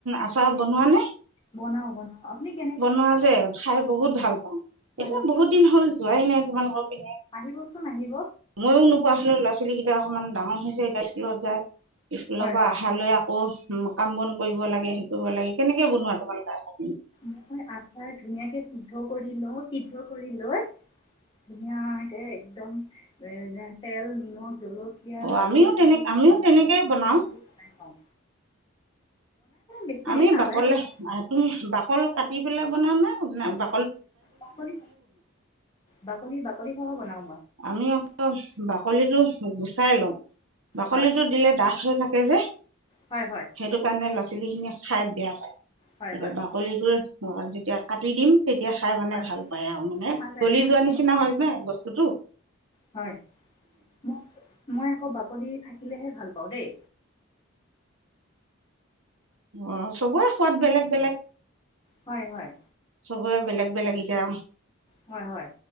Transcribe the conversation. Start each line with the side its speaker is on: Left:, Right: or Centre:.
Right: আচাৰ বনোৱা নে
Left: বনাও বনাও আপুনি কেনেকে বনাই
Right: মই যে খাই বহুত ভাল পাওঁ
Left: হয়
Right: এতিয়া
Left: হয়
Right: বহুত দিন হল যোৱাই নাই তোমালোকৰ পিনে
Left: আহিবচোন আহিব
Right: ময়ো নোপোৱা হলে ল'ৰা ছোৱালী কিবা অকমান ডাঙৰ হৈছে এতিয়া স্কুলত যায় স্কুলৰ
Left: হয়
Right: পৰা
Left: হয়
Right: অহালৈ আকৌ উ কাম বন কৰিব লাগে শিকিব লাগে কেনেকে বনোৱা তোমালোকৰ আচাৰখিনি
Left: মই আচাৰ ধুনীয়াকে সিদ্ধ কৰি লও সিদ্ধ কৰি লৈ ধুনীয়াকে একদম এ তেল নিমখ জলকীয়া
Right: অ
Left: হালধি
Right: আমিও তেনে আমিও
Left: মছলা
Right: তেনেকেই
Left: দি
Right: বনাও
Left: সবোৰ বনাই খাওঁ বেছি
Right: আমি
Left: দিন নাযায়
Right: বাকলে
Left: বাৰু
Right: আহ তুমি বাকল কাটি পেলাই বনোৱানে নে বা
Left: বাকি বাকলি বাকলি খহ বনাও
Right: আমি আকৌ বাকলিটো গুচাই লওঁ বাকলিটো
Left: হয়
Right: দিলে ডাঠ হৈ থাকে যে
Left: হয় হয়
Right: সেইটো কাৰণে ল'ৰা ছোৱালী খিনি খাই বেয়া পায়
Left: হয়
Right: এতিয়া
Left: হয়
Right: বাকলিটো এ মই যেতিয়া কাটি দিম তেতিয়া খাই মানে
Left: হয়
Right: ভাল পায় আৰু মানে
Left: হয় হয়
Right: গলি
Left: মই
Right: যোৱা
Left: আকৌ
Right: নিচিনা
Left: বাকলি
Right: হয় নহ বস্তুতটো
Left: হয় ম মই আকৌ বাকলি থাকিলেহে ভাল পাওঁ দেই
Right: অ চবৰে সোৱাদ বেলেগ বেলেগ
Left: হয় হয়
Right: চবয়ে বেলেগ বেলেগ এতিয়া
Left: হয় হয়